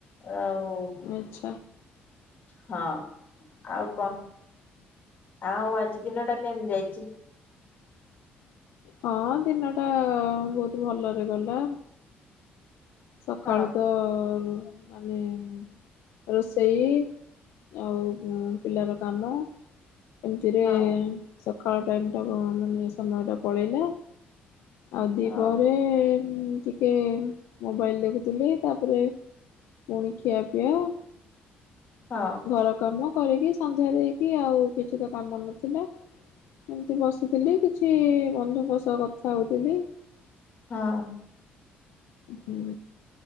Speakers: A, on the left; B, on the left.
A: ଆଉ
B: ଆଚ୍ଛା।
A: ହଁ ଆଉ କଣ? ଆଉ ଆଜି ଦିନ ଟା କେମ୍ ଯାଇଚି?
B: ହଁ ଦିନ ଟା ବହୁତ ଭଲରେ ଗଲା। ସକାଳୁ
A: ହଁ
B: ତ ଉଁ ମାନେ ଉଁ ରୋଷେଇ ଆଉ ଉଁ ପିଲାର କାମ। ଏମିତିରେ
A: ହଁ
B: ସଖାଳ ଟାଇମ ଟା ଅ ମାନେ ସମୟଟା ପଳେଇଲା। ଆଉ ଦ୍ବିପ୍ରହରେ
A: ହଁ
B: ଉଁ ଟିକେ ଉଁ ମୋବାଇଲ ଦେଖୁଥିଲି ତାପରେ ପୁଣି ଖିଆ ପିଆ।
A: ହଁ
B: ଘର କାମ କରିକି ସନ୍ଧ୍ୟା ଦେଇକି ଆଉ କିଛି ତ କାମ ନଥିଲା। ଏମିତି ବସିଥିଲି କିଛି ବନ୍ଧୁଙ୍କ ସହ କଥା ହଉଥିଲି।
A: ହଁ।
B: ହୁଁ।